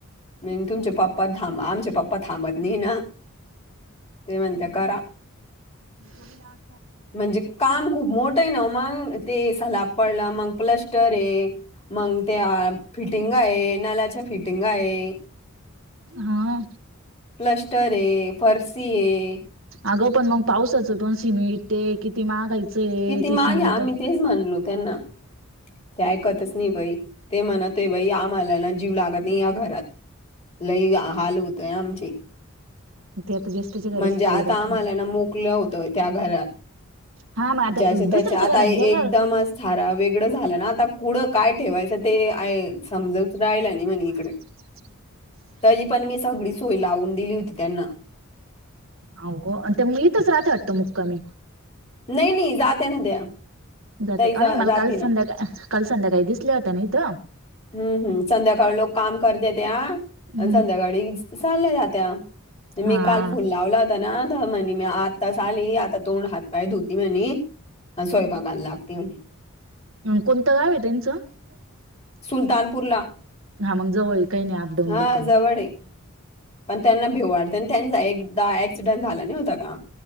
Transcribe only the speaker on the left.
नाही तुमचे पप्पा थां आम पप्पा थांबत नाही ना. ते म्हणते करा.
म्हणजे काम खूप मोठं आहे ना मग ते सलाब पडला मग प्लस्टर आहे. मग ते फिटिंग आहे नलाच्या फिटिंग आहे.
क्लस्टर आहे फरशी आहे.
किती
मागे
आम्ही तेच म्हणलो त्यांना. ते ऐकतच नाही बाई ते म्हणतय बाई आम्हालाला जीव लागत नाही या घरात. लय हाल उतो आमची.
म्हणजे
आता
आम्हाला ना मोकलं होतं त्या घरात
ज्याचे त्याचे
आता
एकदमच
ारा वेगळं झालं ना आता कुडं काय ठेवायचं ते. समजवच
राहिला नाही म्हणे इकडे तरी पण मी सगळी सोय लावून दिली होती त्यांना
नाही नाही जात्या ना त्या
ताई
जा
जाती
ना.
हम्म हम् संध्याकाळी लोक काम करते त्या
संध्याकाळी चालल्या जात्या. मी
काल फोन लावला होता ना. म्हणे मी आताच आली आता तोंड हात पाय धुती म्हणे स्वयंपाकयला लागते म्हणे.
सुलतानपूरला.
हा
जवळ आहे. पण त्यांना भेऊडते आणि त्यांचा एकदा ऍक्सिडंट झाला नाही होता का.